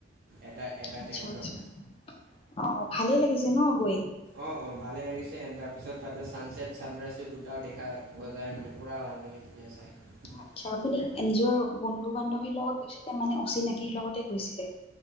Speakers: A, on the right; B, on the left.
A: এটা এটা
B: আচ্ছা
A: টেণ্টত
B: - আচ্ছা। অ' ভালেই লাগিছে ন', গৈ?
A: অ' - অ', ভালে লাগিছে। এন তাৰপিছত তাতে ছানছেট ছানৰাইছৰ দুটাও দেখা পোৱা যায় মানে, পুৰা ভাল লাগে তেতিয়া চাই।
B: আচ্ছা আপুনি নিজৰ বন্ধু-বান্ধৱীৰ লগত গৈছিল নে? মানে অচিনাকিৰ লগতে গৈছিলে?